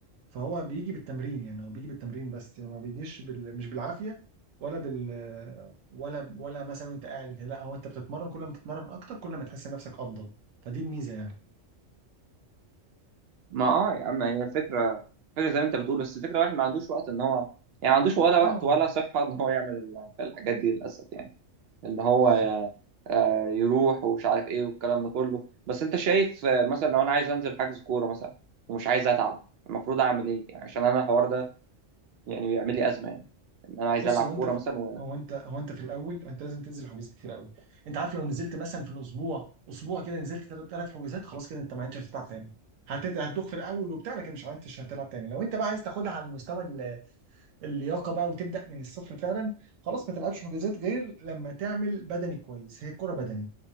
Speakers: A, on the right (about 80°); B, on the right (about 65°).
A: فهو بيجي بالتمرين يعني هو بيجي بالتمرين بس يعني ما بيجيش بال... مش بالعافية ولا بال ولا ولا مثلا وانت قاعد كده. لا هو انت بتتمرن كل ما تتمرن اكتر كل ما تحس نفسك افضل فدي الميزة يعني
B: ما اه يا عم هي الفكره الفكره زي ما انت بتقول بس الفكره الواحد ما عندوش وقت ان هو يعني ما عندوش ولا
A: اه
B: وقت ولا صحه ان هو يعمل ال- الحاجات دي للاسف يعني ان هو
A: بالظبط
B: ي- آه، يروح ومش عارف ايه والكلام ده كله بس انت شايف آه، مثلا لو انا عايز انزل حجز كوره مثلا ومش عايز اتعب المفروض اعمل ايه يعني عشان انا الحوار ده يعني بيعمل لي ازمه يعني ان انا عايز
A: بص
B: العب
A: هو
B: كوره
A: انت في...
B: مثلا و...
A: هو انت هو انت في الاول انت لازم تنزل حجوزات كتير قوي انت عارف لو نزلت مثلا في الاسبوع اسبوع كده نزلت ثلاث ثلاث حجوزات خلاص كده انت ما عدتش هتلعب تاني هتت... هتدوخ في الاول وبتاع لكن مش عارف هتلعب تاني لو انت بقى عايز تاخدها على المستوى اللياقه بقى وتبدا من الصفر فعلا خلاص ما تلعبش حجازات غير لما تعمل بدني كويس هي كرة بدني